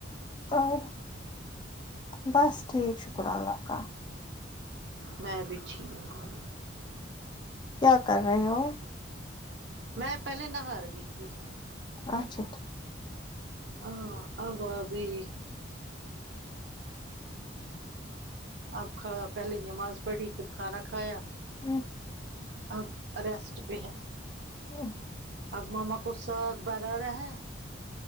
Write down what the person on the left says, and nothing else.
اور بس ٹھیک شکر اللہ کا
کیا کر رہے ہو
اچھا ٹھیک
امم
امم